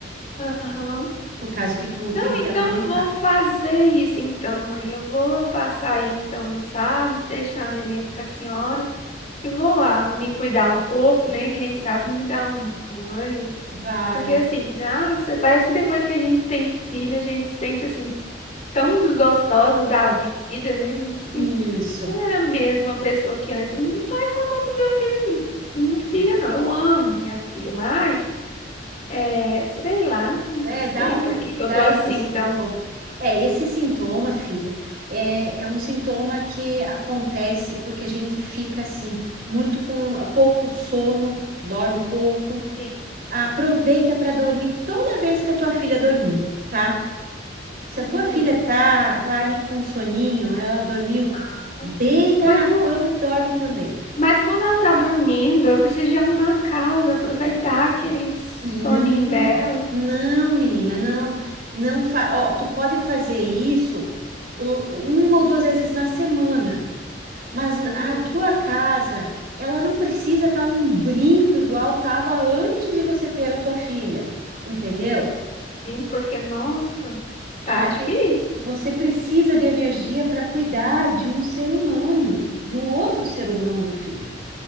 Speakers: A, on the left; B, on the right.
A: Aham.
B: Por causa que tu
A: Não,
B: tem
A: então
B: que amamentar.
A: vou fazer isso então, mãe. Eu vou passar aí então no sábado, deixar a neném com a senhora e vou lá me cuidar um pouco, né? Quem sabe me dar um, um ânimo.
B: Vai,
A: Porque assim, nossa, parece que depois que a gente tem filho, a gente se sente assim tão desgostosa da vida, né? Assim,
B: isso.
A: se eu não era a mesma pessoa que antes. Não tô reclamando do meu filho, minha filha, não. Eu amo minha filha, mas. É, sei lá, não
B: É, dá
A: sei
B: um,
A: por que que
B: dá
A: eu tô assim,
B: esse sintoma.
A: então.
B: É, esse sintoma, filho, é, é um sintoma que acontece porque a gente fica assim, muito com pouco sono, dorme pouco.
A: Sim.
B: Aproveita para dormir toda vez que a tua filha dormir, tá? Se a
A: Uhum.
B: tua filha tá, tá ali com soninho, ela dormiu,
A: Ah,
B: deita
A: Mas
B: na
A: não,
B: cama e dorme também.
A: mas quando ela tá dormindo, eu preciso de arrumar a casa, aproveitar aquele
B: Não,
A: soninho dela.
B: não, menina, não, não, fa- ó, tu pode fazer isso u- uma ou duas vezes na semana, mas
A: Uhum.
B: a tua casa, ela não precisa estar um brinco igual tava antes de você ter a tua filha, entendeu?
A: Sim, porque, nossa, tá
B: A
A: difícil.
B: de- Você precisa de energia para cuidar de um ser humano, de um outro ser humano, filha.